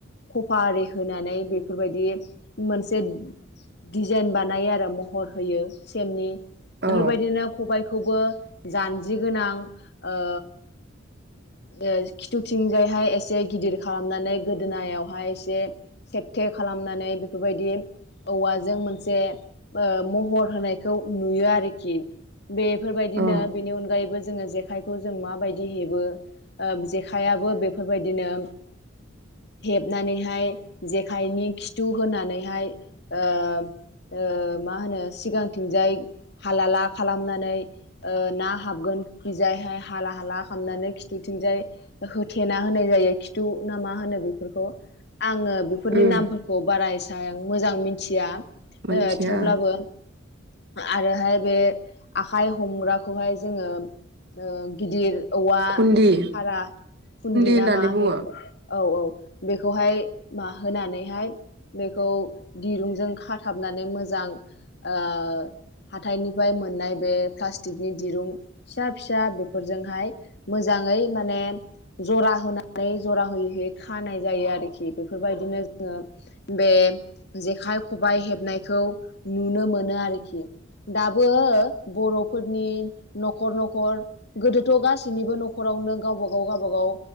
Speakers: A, on the left; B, on the right.
A: कफा आरि होनानै बेफोरबायदि मोनसे दिजाइन बानायो आरो महर होयो सेननि बेफोरबायदिनो
B: औ
A: खबायखौबो जानजि गोनां ओ ओ खिथुथिंजायहाय एसे गिदिर खालामनानै गोदोनायावहाय एसे सेकथे खालामनानै बेफोरबायदि औवाजों मोनसे ओ महर होनायखौ नुयो आरोखि बेफोरबायदिनो
B: औ
A: बेनि अनगायैबो जोङो जेखाइखौ जों माबायदि हेबो ओ जेखायाबो बेफोरबायदिनो हेबनानैहाय जेखाइनि खिथु होनानैहाय ओ ओ मा होनो सिगांथिंजाय हालाला खालामनानै ओ ना हाबगोन खिजायहाय हाला हाला खालामनानै खिथुथिंजाय होथेना होनाय जायो खिथु ना मा होनो बेफोरखौ आङो बेफोरनि
B: उम
A: नामफोरखौ बारा एसां मोजां मिथिया ओ
B: मोनथिया
A: थेवब्लाबो आरोहाय बे आखाइ हमग्राखौहाय जोङो ओ गिदिर औवा
B: खुन्दि
A: भारा खुन्दि
B: होननानै
A: नामा
B: बुङो
A: बे औ औ बेखौहाय मा होनानैहाय बेखौ दिरुंजों खाथाबनानै मोजां ओ हाथाइनिफ्राय मोननाय बे प्लास्टिकनि दिरुं फिसा फिसा बेफोरजोंहाय मोजाङै माने जरा होनानै जरा होयै होयै खानाय जायो आरोखि बेफोरबायदिनो जोङो बे जेखाइ खबाइ हेबनायखौ नुनो मोनो आरोखि दाबो बर'फोरनि न'खर न'खर गोदोथ' गासिनिबो नखर फोरावनो गावबा गाव गावबा गाव